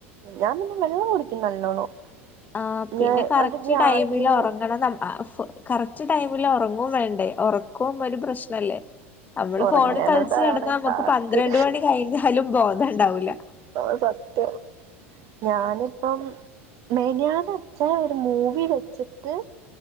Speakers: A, on the right (about 50°); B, on the left (about 25°).
A: ഞാൻ പിന്നെ വെള്ളം കുടിക്കും നല്ലോണം
B: ആഹ് പിന്നെ
A: ഞാൻ
B: കറക്റ്റ്
A: അതൊക്കെ
B: ടൈമിൽ
A: ആദ്യം
B: ഉറങ്ങണം കറക്റ്റ് ടൈ ല ഉറങ്ങും വേണ്ടേ ഉറക്കവും ഒരു പ്രശ്നല്ലേ നമ്മള്
A: ഉറങ്ങണതാണ്
B: ഫോണ് കളിച്ച് നടന്നാ നമ്മുക്ക്
A: ടാസ്ക്.
B: പന്ത്രണ്ട് മണി കഴിഞ്ഞാലും ബോധം ഉണ്ടാവൂല്ല
A: ആ സത്യം ഞാനിപ്പം മേ ഞാൻ വച്ചാ ഒരു മൂവി വെച്ചിട്ട്